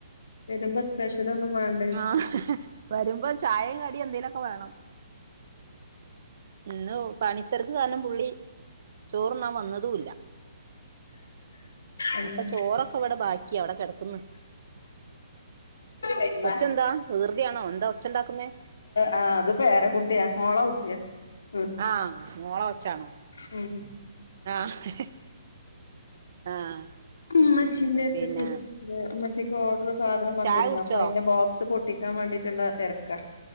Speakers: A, on the left (about 65°); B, on the right (about 50°).
A: വരുമ്പോ സ്പെഷ്യലൊന്നും വേ
B: ആഹ് വരുമ്പോം ചായയും കടിയും എന്തേലൊക്കെ വേണം. ഇന്ന് പണിത്തിരക്ക് കാരണം പുള്ളി ചോറുണ്ണാൻ വന്നതുല്ലാ.
A: അല്ല
B: അപ്പോ ചോറൊക്കെ ഇവിടെ ബാക്കിയാ അവിടെ കിടക്കുന്നു.
A: വരുമ്പോ
B: കൊച്ചെന്താ വികൃതിയാണോ എന്താ ഒച്ച ഉണ്ടാക്കുന്നേ?
A: ആഹ് അത് പേരകുട്ടിയാ മോള കുട്ടിയാ ഉം
B: ആഹ് മോളെ ഒച്ചാണോ
A: <unintelligible> ഉം
B: ആഹ് ആഹ്
A: ഉമ്മച്ചീന്റെ അടുത്തക്ക്
B: പിന്നെ
A: ഉമ്മച്ചിക്ക് ഓർഡർ സാധനം വന്നിരുന്നു
B: ചായ കുടിച്ചോ
A: അപ്പോ അതിന്റെ ബോക്സ് പൊട്ടി ക്കാൻ വേണ്ടിയിട്ടുള്ള തിരക്കാ.